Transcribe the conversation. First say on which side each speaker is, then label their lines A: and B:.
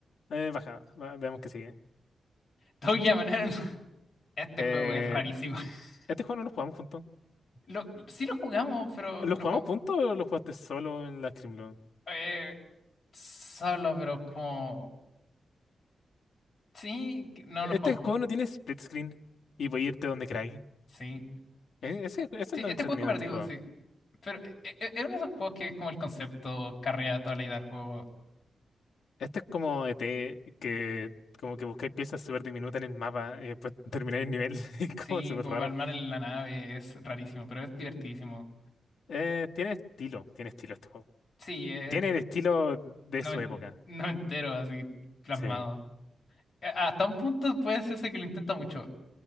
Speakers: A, on the left; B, on the left.
A: Eh, baja, va- veamos que sigue.
B: Toguya, Manero, <laughs> este
A: Eh,
B: juego es rarísimo. <laughs>
A: este juego no lo jugamos juntos.
B: Lo, sí lo jugamos, pero
A: ¿Lo
B: lo
A: jugamos
B: jugamos
A: juntos o lo jugaste solo en la Scrimlo?
B: eh, solo, pero como... Sí, que- no
A: Este
B: lo jugamos
A: juego
B: juntos.
A: no tiene split screen y voy a irte donde queráis.
B: Sí.
A: E- Ese, eso
B: Sí,
A: es lo
B: este
A: entretenido
B: juego es cooperativo,
A: de este juego.
B: sí. Pero e- e- es uno de esos juegos que es como el concepto carrea toda la idea del juego.
A: Este es como ET, que como que buscáis piezas súper diminutas en el mapa y después <laughs> termináis el nivel. <laughs> Es
B: Sí,
A: como súper
B: como
A: raro.
B: armar en la nave es rarísimo, pero es divertidísimo.
A: Eh, tiene estilo, tiene estilo este juego.
B: Sí, es
A: Tiene el estilo de
B: no
A: su
B: no me
A: época.
B: no me entero así plasmado.
A: Sí.
B: Eh, Hasta un punto puede decirse que lo intenta mucho,